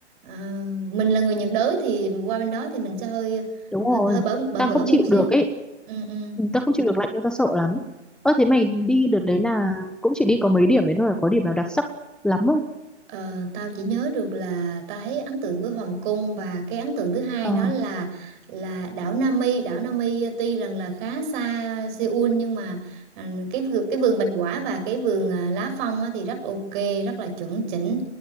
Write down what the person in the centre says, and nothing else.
đúng
rồi.
Ta
không
chịu
được ấy.
Ừ, Ta không chịu được lạnh đâu, ta sợ lắm. Ơ thế mày đi đợt đấy là cũng chỉ đi có mấy điểm ấy thôi, có điểm nào đặc sắc lắm không?
Ờ,